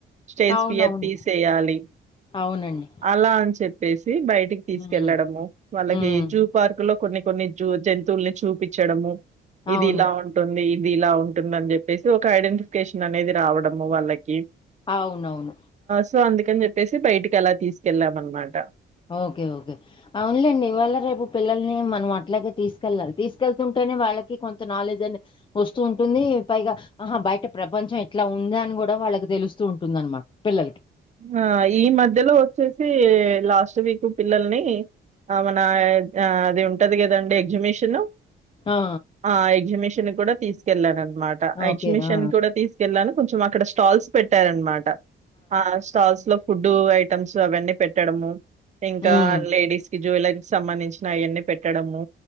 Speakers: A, on the right (about 35°); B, on the left (about 25°).
A: స్టేజ్
B: అవునవును
A: ఫియర్ తీసేయాలి
B: అవునండి
A: అలా అని చెప్పేస్ బయటికి తీసుకెళ్లడము
B: ఉమ్,
A: వాళ్ళకి
B: ఉమ్,
A: జూ పార్క్ లో కొన్ని కొన్ని జూ జం కోతుల్ని చూపించడము ఇది
B: అవును
A: ఇలా ఉంటుంది ఇది ఇలా ఉంటుంది అని చెప్పేసి ఒక ఐడెంటిఫికేషన్ అనేది రావడము వాళ్ళకి
B: అవునవును
A: సో అందుకని చెప్పేసి బయటికి అలా తీసుకెళ్ళాం అనమాట
B: ఓకే ఓకే అవునులేండి ఇవాళ రేపు పిల్లల్ని మనం అట్లాగే తీసుకెళ్ళాలి తీసుకెళ్తుంటే వాళ్ళకి కొంత నాలెడ్జ్ అని వస్తూ ఉంటుంది పైగా ఆహా బయట ప్రపంచం ఎట్లా ఉంద అని కూడా కూడా వాళ్ళకి తెలుస్తూ ఉంటుందనమాట పిల్లలకి.
A: ఆ ఈ మధ్యలో వచ్చేసి లాస్ట్ వీక్ పిల్లల్ని ఆ మన అది ఉంటది కదండి ఎగ్జిబిషను
B: ఆ!
A: ఆ ఎగ్జిబిషన్ కూడా తీసుకెళ్లాను అనమాట
B: ఓకే.
A: ఎగ్జిబిషన్
B: ఆ!
A: కూడా తీసుకెళ్లాను కొంచం అక్కడ స్టాల్స్ పెట్టారనమాట ఆ స్టాల్స్ లో ఫుడ్ ఫుడ్డు ఐటమ్స్ అవన్నీ పెట్టడము ఇంకా
B: హ్మ్.
A: లేడీస్ కి జ్యువెలరీస్ సంబంధించిన అవన్నీ పెట్టడము